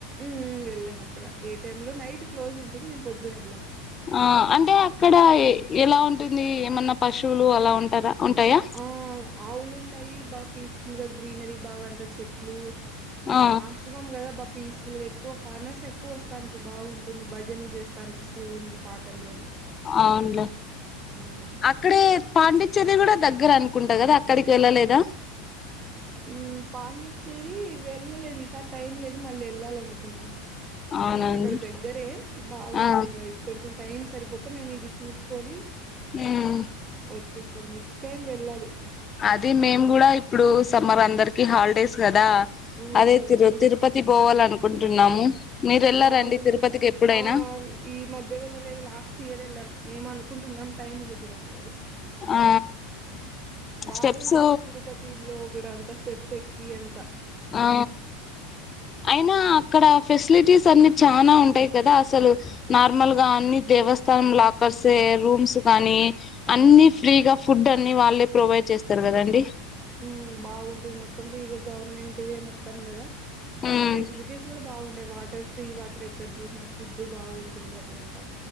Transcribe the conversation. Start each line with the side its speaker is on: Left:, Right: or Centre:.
Right: మ్ వెళ్ళాం అక్కడ డే టైమ్ లో నైట్ క్లోజ్ ఉంటుంది మేము పొద్దున వెళ్ళాం
Left: ఆ అంటే అక్కడ ఎలా ఉంటుంది ఏమన్నా పశువులు అలా ఉంటారా ఉంటాయా
Right: ఆ ఆవులు ఉంటాయి బాగా పీస్ఫుల్ గా గ్రీనరీ బాగా అంత చెట్లు
Left: ఆ
Right: ఆశ్రమం కదా బా పీస్ పుకి ఎక్కువ ఫార్నర్స్ ఎక్కువ వస్తాంటారు బాగుంటుంది భజనలు చేస్తాంటారు శివునికి పాటలు అ
Left: అవునులే
Right: మ్మ్
Left: అక్కడే పాండి చెర్రీ కూడా దగ్గర అనుకుంటా కదా అక్కడికి వెళ్ళలేదా
Right: మ్ పాండిచ్చేరి వెళ్ళలేదు ఈసార్ టైం లేదు మళ్ళీ వెళ్ళాలినుకు కున్నాం
Left: అవునండి
Right: అక్కడ దగ్గరే బాగుంటుంది
Left: ఆ
Right: అది కొంచెం టైం సరిపోక మేము ఇది చూసుకొని
Left: మ్
Right: వచ్చేసాను నెక్స్ట్ టైమ్ వెళ్ళాలి
Left: అది మేము కూడా ఇప్పుడు సమ్మర్ అందరికి హాలిడేస్ కదా
Right: మ్మ్
Left: అదే తిరు
Right: ఇప్పుడు
Left: తిరుపతి పోవాల అనుకుంటున్నాము మీరు వెళ్ళారండి
Right: బాగుంటుంది
Left: తిరుపతికి ఎప్పుడైనా
Right: ఆ ఈ మధ్య వెళ్ళలేదు లాస్ట్ ఇయర్ వెళ్ళాం మేము అనుకుంటున్నాం టైం కుదరట్లేదు
Left: ఆ
Right: బాగుంటుంది
Left: స్టెప్స్
Right: తిరుపతి లో కూడా అంత స్టెప్స్ ఎక్కి ఎంత
Left: ఆ అయినా అక్కడ ఫెసిలిటీస్ మ్స్ అన్ని చానా ఉంటాయి కదా అసలు నార్మల్ గా అన్ని దేవస్థానం లాకర్సే రూమ్స్ కానీ అన్ని ఫ్రీగా ఫుడ్ అన్ని వాళ్ళే ప్రొవైడ్ చేస్తారు కదండి
Right: మ్ బాగుంటుంది మొత్తం ఫ్రీగా గవర్నమెట్ దే మొత్తం కదా
Left: ఉమ్
Right: ఆ ఫెసిలిటీస్ కూడా బాగుంటాయి వాటర్ ఫ్రీ వాటర్ ఎక్కడ చూసినా ఫుడ్ బాగుంటుంది అక్కడంతా